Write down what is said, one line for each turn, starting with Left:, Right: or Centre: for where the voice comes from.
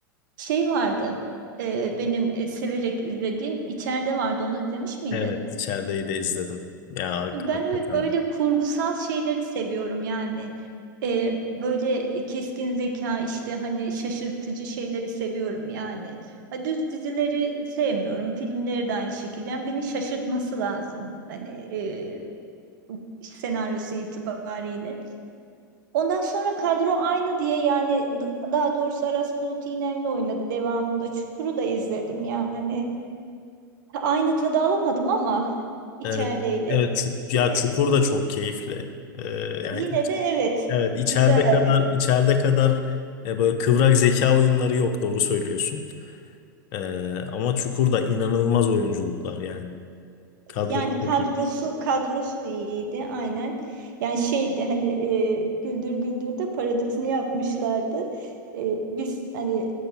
Right: Şey vardı e, benim e, severek izlediğim içeride vardı onu izlemiş miydin?
Left: Evet, içerideyi de izledim. Ya hak-
Right: Ben
Left: hakikaten.
Right: ö- öyle kurgusal şeyleri seviyorum yani. Ee, böyle keskin zeka işte hani şaşırtıcı şeyleri seviyorum yani. Ha, düz dizileri sevmiyorum. Filmleri de aynı şekilde. Yani beni şaşırtması lazım. Hani e, senaryosu itibariyle. Ondan sonra kadro aynı diye yani d- daha doğrusu Aras Bulut İynemli oynadı devamında. Çukur'u da izledim yani. Ha, Aynı tadı alamadım ama içerideyle.
Left: Evet, evet çuk, ya
Right: Yine
Left: Çukur da çok keyifli. Ee, yani
Right: Yine
Left: iç-
Right: de evet
Left: evet içeride
Right: güzeldi.
Left: kadar içeride kadar e, böyle kıvrak zeka oyunları yok doğru söylüyorsun. Ee, ama Çukur'da inanılmaz oyunculuklar yani. Kadrosu
Right: Yani kadrosu
Left: çok iyi.
Right: kadrosu iyiydi aynen. Yani şeydi hani e, Güldür Güldür'de parodisini yapmışlardı. E, biz hani